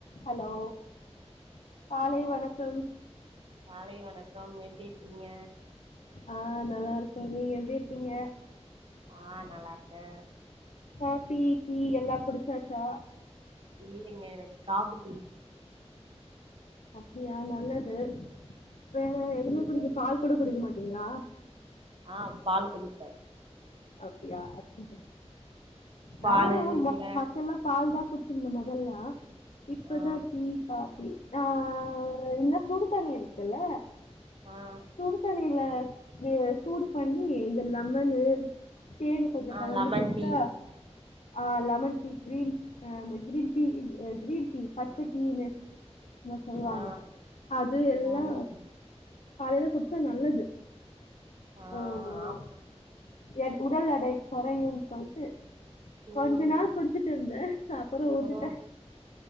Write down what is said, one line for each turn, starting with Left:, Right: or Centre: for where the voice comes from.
Left: hello காலை வணக்கம்
Right: காலை வணக்கம் எப்டி இருக்கீங்க
Left: ஆஹ் நல்லாருக்கே நீங்க எப்டி இருக்கீங்க
Right: ஆஹ் நல்லார்க்கே
Left: காப்பி, டீ எல்லா குடிச்சாச்சா
Right: இல்லீங்க எனக் கா <unintelligible>
Left: அப்டியா நல்லது வேற எதுவுமே
Right: நீங்க
Left: குடிக்க பால் கூட குடிக்க மாட் அப்டீங்களா
Right: ஆஹ் பால் குடிப்ப
Left: அப்டியா அச்சு
Right: பாலு
Left: நானு மொ
Right: இல்ல
Left: ஃபஸ்ட்டெல்லா பால்தா <unintelligible> மொதல்லா இப்பதா
Right: ஆ
Left: டீ காபி ஆ என்ன சுடு தண்ணி இருக்குல்ல
Right: ஆ
Left: சுடு தண்ணில ஏ சூடு பண்ணி இந்த லெமனு தேனு கொஞ்சொ
Right: ஆ
Left: கலந்து
Right: லெமன்
Left: குட்ச்சா
Right: டீ
Left: ஆஹ் லெமன் டீ க்ரீன் ஆ அந்த க்ரீன் டீ க்ரீன் டீ பச்ச
Right: ஆ
Left: டீ ன்னு சொல்லுவாங்க
Right: ஆ
Left: அது எல்லா
Right: ம்
Left: காலையில குடிச்சா நல்லது
Right: ஆ
Left: அ அ
Right: ஆமா
Left: என் உடல் எடை கொறையுன் சொல்ட்டு
Right: ம்
Left: கொஞ்ச நாள் குடிச்சிட்டு இருந்தே அப்புற ஊதிட்டே
Right: ஓ